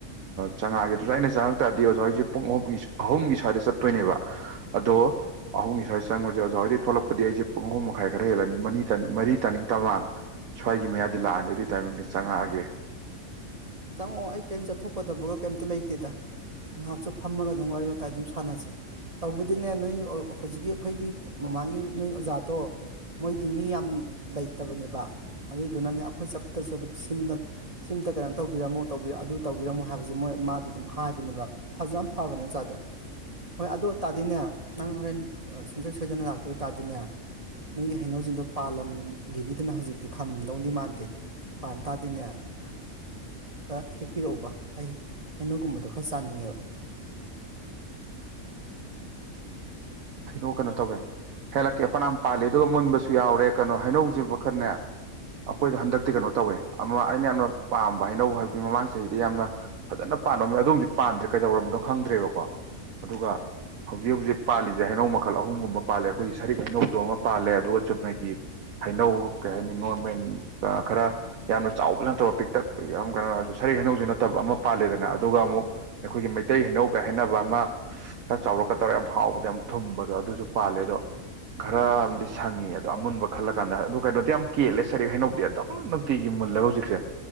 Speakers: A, on the right; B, on the right.
A: ꯆꯪꯉꯛꯑꯒꯦꯗꯨꯁꯨ ꯑꯩꯅ ꯆꯪꯉꯛ ꯇꯥꯔꯗꯤ ꯑꯣꯖꯥ ꯍꯧꯖꯤꯛ ꯄꯨꯡ ꯑꯍꯨꯝꯒꯤ ꯑꯍꯨꯝꯒꯤ ꯁ꯭ꯋꯥꯏꯗ ꯆꯠꯇꯣꯏꯅꯦꯕ
B: <inaudible>
A: ꯑꯗꯣ ꯑꯍꯨꯝꯒꯤ ꯁ꯭ꯋꯥꯏ ꯆꯪꯉꯨꯖꯤꯔꯣ ꯑꯣꯖꯥ ꯍꯣꯏꯗꯩ ꯊꯣꯛꯂꯛꯄꯗꯤ ꯑꯩꯖꯦ ꯑꯍꯨꯝ ꯃꯈꯥꯏ ꯈꯔ ꯍꯦꯜꯂꯅꯤ ꯃꯅꯤ ꯃꯔꯤ ꯇꯥꯏꯃꯤꯡ ꯃꯃꯥꯡ ꯁ꯭ꯋꯥꯏꯒꯤ ꯃꯌꯥꯗꯤ ꯂꯥꯛꯑꯅꯤ ꯑꯗꯨꯏ ꯇꯥꯏꯃꯤꯡꯗ ꯆꯪꯉꯛꯑꯒꯦ
B: ꯆꯪꯉꯛꯑꯣ ꯑꯩ ꯀꯩꯝ ꯆꯠꯊꯣꯛꯀꯗꯕꯒ ꯀꯩꯝꯇ ꯂꯩꯇꯦꯗ ꯉꯥꯛꯁꯨ ꯐꯝꯃꯒ ꯑꯗꯨꯝ ꯋꯥꯔꯤ ꯋꯥꯇꯥꯏ ꯑꯗꯨꯝ ꯁꯥꯟꯅꯖꯤ ꯇꯧꯕꯨꯗꯤꯅꯦ ꯅꯣꯏ ꯍꯧꯖꯤꯛꯀꯤ ꯑꯩꯈꯣꯏꯒꯤ ꯃꯃꯥꯡꯒꯤ ꯅꯣꯏ ꯑꯣꯖꯥꯗꯣ ꯃꯣꯏꯗꯤ ꯃꯤ ꯌꯥꯝ ꯂꯩꯇꯕꯅꯦꯕ ꯑꯗꯨꯗꯨꯅꯅꯦ ꯑꯈꯣꯏ ꯆꯠꯄꯗꯁꯨ ꯑꯗꯨꯝ ꯁꯤꯝꯗꯪ ꯁꯤꯝꯇ ꯀꯩꯅꯣ ꯇꯧꯕꯤꯔꯝꯃꯨ ꯇꯧꯕꯤꯔ ꯑꯗꯨ ꯇꯧꯕꯤꯔꯝꯃꯨ ꯍꯥꯏꯕꯖꯦ ꯃꯣꯏ ꯃꯥꯗꯤ ꯑꯗꯨꯝ ꯍꯥꯏꯕꯅꯦꯕ ꯐꯖꯨ ꯌꯥꯝ ꯐꯕꯅꯦ ꯑꯣꯖꯥꯗꯣ ꯍꯣꯏ ꯑꯗꯨ ꯑꯣꯏ ꯇꯥꯗꯤꯅꯦ ꯅꯪ ꯍꯣꯔꯦꯟ ꯁꯨꯡꯁꯣꯏ ꯁꯣꯏꯗꯅ ꯂꯥꯛꯇꯣꯏ ꯑꯣꯏꯇꯥꯗꯤꯅꯦ ꯅꯣꯏꯒꯤ ꯍꯩꯅꯧꯖꯤꯡꯗꯣ ꯄꯥꯜꯂꯝꯒꯤꯅꯤꯗꯅ ꯍꯧꯖꯤꯛꯇꯤ ꯈꯝꯃꯝꯗꯧꯗꯤ ꯃꯥꯟꯗꯦ ꯄꯥꯟ ꯇꯥꯗꯤꯅꯦ <inaudible> ꯇ ꯍꯦꯛꯄꯤꯔꯛꯎꯕ ꯑꯩ ꯍꯩꯅꯧꯒꯨꯝꯕꯗꯣ ꯈꯔ ꯆꯥꯅꯤꯡꯉꯦꯕ <inaudible>
A: ꯍꯩꯅꯧ ꯀꯩꯅꯣ ꯇꯧꯋꯦ ꯍꯦꯜꯂꯛꯀꯦ ꯐꯅꯝ ꯄꯥꯜꯂꯤ ꯑꯗꯨꯒ ꯃꯨꯟꯕꯁꯨ ꯌꯥꯎꯔꯦ ꯀꯩꯅꯣ ꯍꯩꯅꯧꯖꯨ ꯃꯈꯜꯅꯦ ꯑꯈꯣꯏꯗ ꯍꯟꯗꯛꯇꯤ ꯀꯩꯅꯣ ꯇꯧꯋꯦ ꯑꯃ ꯑꯩꯅ ꯌꯥꯝꯅ ꯄꯥꯝꯕ ꯍꯩꯅꯧ ꯍꯥꯏꯕꯗꯤ ꯃꯃꯥꯡ ꯆꯍꯤꯗ ꯌꯥꯝꯅ ꯐꯖꯅ ꯄꯥꯟꯂꯝ ꯑꯗꯨꯝꯗꯤ ꯄꯥꯟꯗ꯭ꯔꯦ ꯀꯩꯗꯧꯔꯅꯣ ꯈꯪꯗ꯭ꯔꯦꯕꯀꯣ ꯑꯗꯨꯒ ꯍꯧꯖꯤꯛ ꯍꯧꯖꯤꯛ ꯄꯥꯜꯂꯤ ꯖꯦ ꯍꯩꯅꯧ ꯃꯈꯜ ꯑꯍꯨꯝꯒꯨꯝꯕ ꯄꯥꯜꯂꯦ ꯑꯩꯈꯣꯏꯒꯤ ꯁꯔꯤꯛ ꯍꯩꯅꯧꯗꯣ ꯑꯃ ꯄꯥꯜꯂꯦ ꯑꯗꯨꯒ ꯆꯨꯝꯅꯒꯤ ꯍꯩꯅꯧ ꯀꯩ ꯍꯥꯏꯅꯤ ꯅꯣꯔꯃꯦꯜ ꯈꯔ ꯌꯥꯝꯅ ꯆꯥꯎꯕꯁꯨ ꯅꯠꯇꯕ ꯄꯤꯛꯇꯛ ꯌꯥꯝ ꯀꯩꯅꯣ ꯑꯇꯩ ꯍꯩꯅꯧꯖꯨ ꯅꯠꯇꯕ ꯑꯃ ꯄꯥꯜꯂꯦꯗꯅ ꯑꯗꯨꯒ ꯑꯃꯨꯛ ꯑꯩꯈꯣꯏꯒꯤ ꯃꯩꯇꯩ ꯍꯩꯅꯧꯒꯥꯏ ꯍꯥꯏꯅꯕ ꯑꯃ ꯈꯔ ꯆꯥꯎꯔꯞ ꯇꯧꯔ ꯌꯥꯝ ꯍꯥꯎꯕꯗꯣ ꯌꯥꯝ ꯊꯨꯝꯕꯗꯣ ꯑꯗꯨꯖꯨ ꯄꯥꯜꯂꯦ ꯑꯗꯣ ꯈꯔ ꯑꯃꯗꯤ ꯁꯪꯉꯤ ꯑꯗꯣ ꯑꯃꯨꯟꯕ ꯈꯜꯂ ꯀꯥꯟꯗ ꯑꯣ ꯀꯩꯅꯣꯗꯤ ꯌꯥꯝ ꯀꯦꯜꯂꯦ ꯁꯔꯤꯛ ꯍꯩꯅꯧꯗꯤ ꯑꯗꯨꯝ ꯅꯨꯡꯇꯤꯒꯤ ꯃꯨꯜꯂꯒ ꯍꯧꯖꯤꯛꯁꯦ